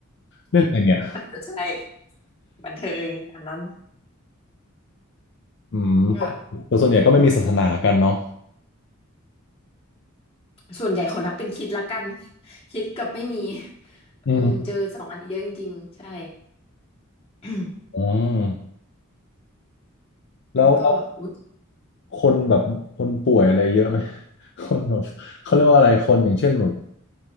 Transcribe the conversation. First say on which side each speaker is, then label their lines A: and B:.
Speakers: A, on the left; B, on the left.
A: เล่นอะไรเนี่ย
B: ใช่บันเทิงอันนั้น
A: อืม
B: ก็
A: แต่ส่วนใหญ่ก็ไม่มีศาสนากันเนาะ
B: ส่วนใหญ่ขอนับเป็นคิดละกันคิดกับไม่มี
A: อืม
B: อืมเจอสองอันนี้เยอะจริงๆใช่ <clears throat>
A: อืมแล้วแล้ว
B: มันก็อุ๊ย
A: คนแบบคนป่วยอะไรเยอะไหม <laughs> คนแบบเขาเรียกว่าอะไรคนอย่างเช่นแบบ